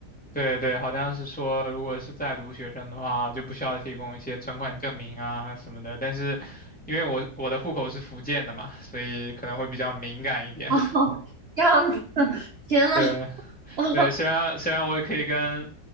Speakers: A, in the centre; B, on the right.
A: 对对，好像是说，如果是在读学生的话，就不需要提供一些存款证明啊什么的，但是因为我我的户口是福建的嘛，所以可能会比较敏感一点。
B: <laughs> 哦，
A: <laughs>
B: 这样子，天呐，
A: 对。
B: 哦，
A: 对，虽然虽然我也可以跟